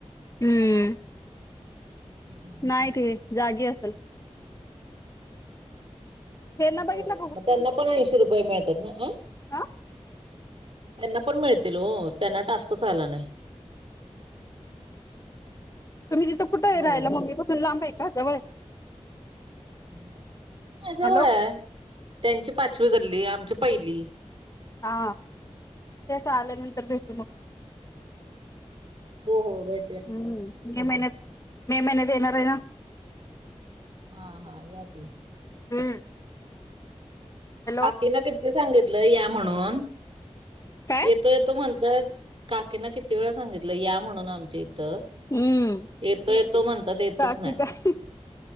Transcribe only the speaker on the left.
हं.
नाईट हे जागी असल. हे ना बघितलं
आ.
तुम्ही तिथं कुठे आहे
राहिला
मम्मी पासून लांब आहे का जवळ
हॅलो
हा त्याच आल्यानंतर भेटू मग.
हम्म मे महिन्यात मे महिन्यात येणार आहे ना.
हम्म हॅलो
काय
हम्म
का
की काय